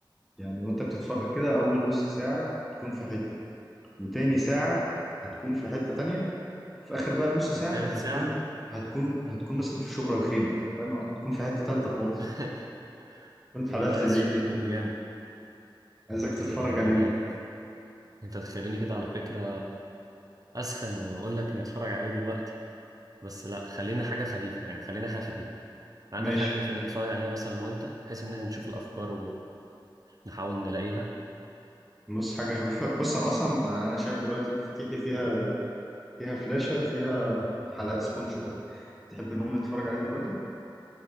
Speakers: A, in the centre; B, on the right (about 45°).
A: يعني وانت بتتفرج كده اول نص ساعه تكون في حته وتاني ساعه هتكون في حته تانية في اخر بقى نص ساعه
B: وتالت
A: انت هتكون
B: ساعه
A: هتكون هتكون مثلا في شبرا الخيمه يعني فاهم هتكون في حته تالته خالص
B: <laughs>
A: كنت
B: والله
A: حدفت
B: يا
A: بعيد
B: اسطى شكله
A: يعني.
B: فيلم جامد
A: عايزك تتفرج
B: طب يعني
A: عليه
B: انا انت تخليني كده على فكره اسخن واقول لك نتفرج عليه دلوقتي بس لا خلينا حاجة خفيفة يعني خلينا حاجة خفيفة عندك
A: ماشي
B: حاجة خفيفة نتفرج عليها مثلا أنا وأنت بحيث إن إحنا نشوف الأفكار ونحاول نلاقيها
A: بص حاجه خفيفه بص انا اصلا انا شايل دلوقتي مفاتيحي فيها فيها فلاشه فيها حلقات سبونج بوب تحب نقوم نتفرج عليه دلوقتي